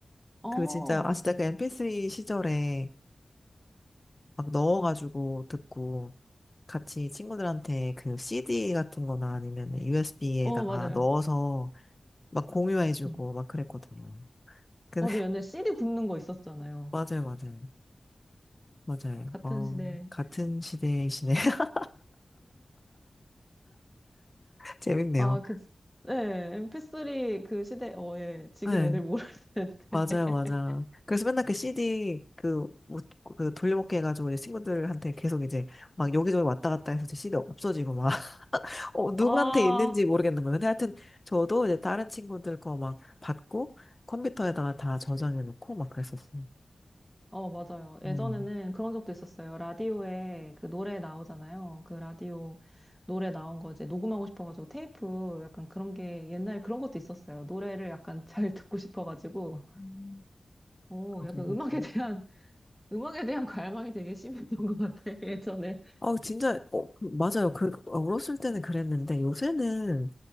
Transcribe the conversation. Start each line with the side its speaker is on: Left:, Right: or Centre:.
Centre: 어,
Left: 그 진짜, 아, 진짜 그 mp3 시절에 막 넣어가지고
Centre: 음.
Left: 듣고 같이 친구들한테 그 CD 같은 거나 아니면 USB에다가
Centre: 어, 맞아요.
Left: 넣어서 막 공유해주고
Centre: 음.
Left: 막 그랬거든요. 근데
Centre: 맞아요.
Left: <laughs>
Centre: 옛날에 CD 굽는 거 있었잖아요.
Left: 맞아요, 맞아요. 맞아요.
Centre: 같은
Left: 어,
Centre: 시대.
Left: 같은 시대이시네. <laughs> 재밌네요.
Centre: 아, 그, 네, MP3 그 시대, 어, 예. 지금
Left: 네,
Centre: 애들 모를 텐데.
Left: 맞아요,
Centre: <laughs>
Left: 맞아. 그래서 맨날 그 CD 그, 뭐, 그 돌려먹기 해가지고 이제 친구들한테 계속 이제 막 여기저기 왔다 갔다 해서 이제 CD 없어지고 막 어, 누구한테
Centre: 아,
Left: 있는지 모르겠는 거예요. 근데 하여튼 저도 이제 다른 친구들 거 막 받고 컴퓨터에다가 다 저장해 놓고 막 그랬었어요.
Centre: 어, 맞아요. 예전에는
Left: 음.
Centre: 그런 적도 있었어요. 라디오에 그 노래 나오잖아요. 그 라디오 노래 나온 거 이제 녹음하고 싶어가지고 테이프 약간 그런 게 옛날에 그런 것도 있었어요. 노래를 약간 <laughs> 잘 듣고 싶어가지고.
Left: 음,
Centre: 오,
Left: 맞아요.
Centre: 약간
Left: 맞아요.
Centre: 음악에 대한, 음악에 대한 갈망이 되게 심했던 것 같아, 예전에.
Left: 어, 진짜, 어, 그- 맞아요. 그, 어, 어렸을 때는 그랬는데 요새는